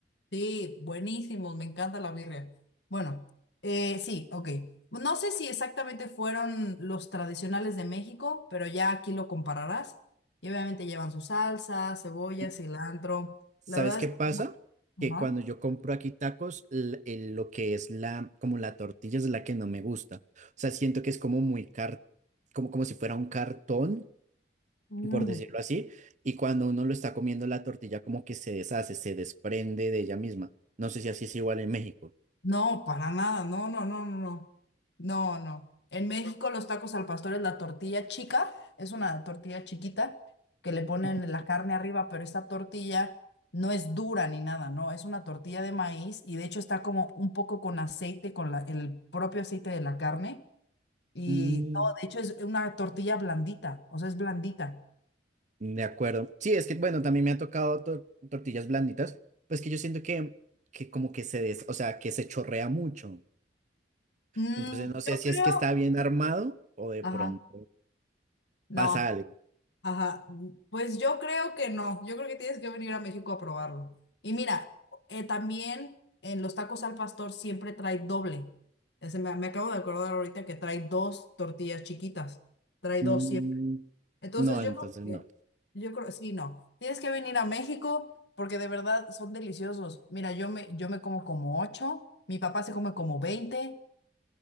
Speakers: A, on the left; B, on the right.
A: Sí, buenísimos, me encanta la birria. Bueno, eh, sí, ok. No sé si exactamente fueron los tradicionales de México, pero ya aquí lo compararás. Y obviamente llevan su salsa, cebolla,
B: Y,
A: cilantro.
B: ¿Sabes
A: La verdad
B: qué
A: es...
B: pasa?
A: Ajá.
B: Que cuando yo compro aquí tacos, l- el- lo que es la, como la tortilla es la que no me gusta. O sea, siento que es como muy car, como, como si fuera un cartón
A: Mm.
B: por decirlo así, y cuando uno lo está comiendo la tortilla como que se deshace, se desprende de ella misma. No sé si así es igual en México.
A: No, para nada, no, no, no, no, no, no, no. En México los tacos al pastor es la tortilla chica, es una tortilla chiquita que le ponen
B: Ujú.
A: la carne arriba, pero esta tortilla no es dura ni nada, no, es una tortilla de maíz y de hecho está como un poco con aceite, con la- el propio aceite de la carne y
B: Mm,
A: no, de hecho es una tortilla blandita, o sea, es blandita.
B: De acuerdo. Sí, es que bueno, también me ha tocado tor- tortillas blanditas, pues que yo siento que, que como que se des, o sea, que se chorrea mucho.
A: Mm,
B: Entonces no sé
A: yo
B: si
A: creo,
B: es que está bien armado o de
A: ajá,
B: pronto
A: no.
B: pasa algo.
A: Ajá, mm, pues yo creo que no, yo creo que tienes que venir a México a probarlo. Y mira, eh, también en los tacos al pastor siempre trae doble. Eh, se me, me acabo de acordar ahorita que trae dos tortillas chiquitas, trae
B: Mm,
A: dos siempre. Entonces
B: No, entonces
A: yo creo que,
B: no.
A: yo creo, sí, no, tienes que venir a México porque de verdad son deliciosos. Mira, yo me, yo me como como ocho, mi papá se come como veinte,